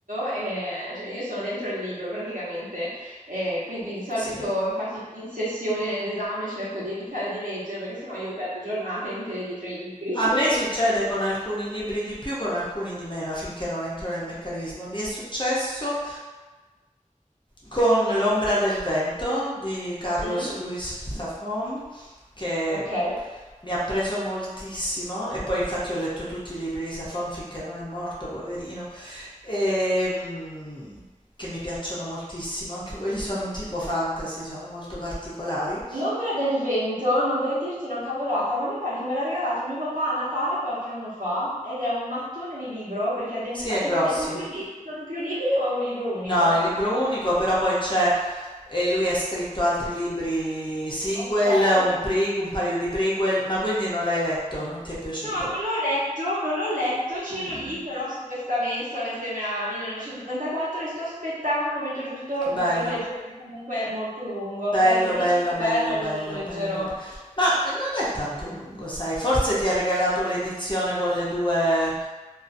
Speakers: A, on the right; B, on the left.
A: e cioè, io sono dentro il libro praticamente. E quindi di solito,
B: sì.
A: infatti, in sessione d'esame cerco di evitare di leggere perché sennò io perdo giornate intere dietro ai libri.
B: A
A: <laughs>
B: me succede con alcuni libri di più, con alcuni di meno, finché non entro nel meccanismo. Mi è successo con L'ombra del vento di Carlos
A: Mm?
B: Luis Zafón, che
A: Ok.
B: mi ha preso moltissimo e poi infatti ho letto tutti i libri di Zafón finché non è morto, poverino, e, mm, che mi piacciono moltissimo. Anche quelli sono tipo fantasy, sono molto particolari.
A: L'ombra del vento, non vorrei dirti una cavolata, ma mi pare che me l'ha regalato mio papà a Natale qualche anno fa ed è un mattone di libro perché ha, den-
B: Sì,
A: ha
B: è
A: tipo...
B: grosso.
A: E sono Sì. più, li- sono più libri o è un libro unico?
B: No, il libro unico, però poi c'è, eh, lui ha scritto altri libri sequel,
A: Ok. No,
B: un, pre- un paio di prequel, ma quindi non l'hai letto, non ti è piaciuto.
A: non l'ho letto, non l'ho letto, ce
B: Mm,
A: l'ho lì però su questa mensola insieme a 1984 e sto aspettando il momento giusto
B: bello.
A: per leggere perché comunque è molto lungo.
B: Bello,
A: Beh, se mi
B: bello,
A: dici che è
B: bello,
A: bello, allora
B: bello,
A: lo leggerò.
B: bello. be- Ma eh, non è tanto lungo, sai? Forse ti ha regalato l'edizione con le due,